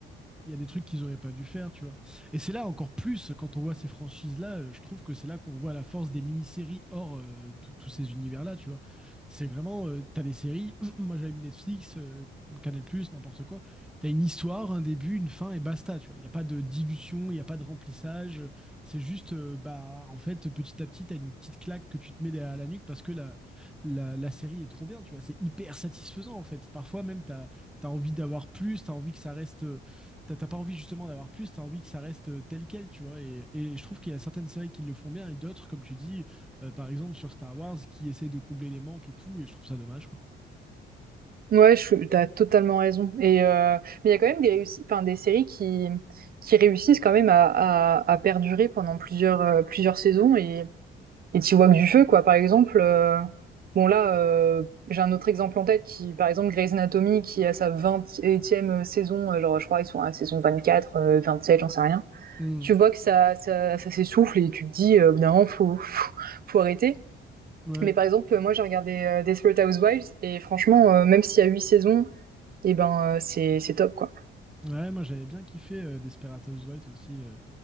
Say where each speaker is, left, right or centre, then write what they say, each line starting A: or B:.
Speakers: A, in the centre; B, on the right.
A: il y a des trucs qu'ils auraient pas dû faire, tu vois. Et c'est là encore plus quand on voit ces franchises-là, euh, je trouve que c'est là qu'on voit la force des mini-séries hors euh, tout- tous ces univers-là, tu vois. C'est vraiment, euh, t'as des séries, <clears throat> moi j'allume Netflix, euh, Canal+, n'importe quoi, t'as une histoire, un début, une fin et basta, tu vois. Il n'y a pas de dilution, il n'y a pas de remplissage, euh, c'est juste, euh, bah, en fait, petit à petit, t'as une petite claque que tu te mets derrière la nuque parce que la, la, la série est trop bien, tu vois. C'est hyper satisfaisant, en fait. Parfois même, t'as, t'as envie d'avoir plus, t'as envie que ça reste euh, t'as t'as pas envie justement d'avoir plus, t'as envie que ça reste euh, tel quel, tu vois. Et, et je trouve qu'il y a certaines séries qui le font bien et d'autres, comme tu dis, euh, par exemple sur Star Wars, qui essaient de combler les manques et tout, et je trouve ça dommage, quoi.
B: Ouais, je suis- t'as totalement raison. Et euh, mais il y a quand même des réussites, enfin, des séries qui qui réussissent quand même à, à, à perdurer pendant plusieurs euh, plusieurs saisons et et t'y vois que du feu, quoi. Par exemple, euh, bon là, euh, j'ai un autre exemple en tête qui, par exemple, Grey's Anatomy qui a sa 20e saison, euh, genre je crois ils sont à la saison quatre euh, sept j'en sais rien.
A: Hmm.
B: tu vois que ça, ça, ça s'essouffle et tu te dis, euh, au faut, faut, faut arrêter.
A: Ouais.
B: Mais par exemple, moi, j'ai regardé euh, Desperate Housewives et franchement, euh, même s'il y a huit saisons, et eh ben, euh, c'est, c'est top, quoi.
A: Ouais, moi j'avais bien kiffé euh, Desperate Housewives aussi. euh.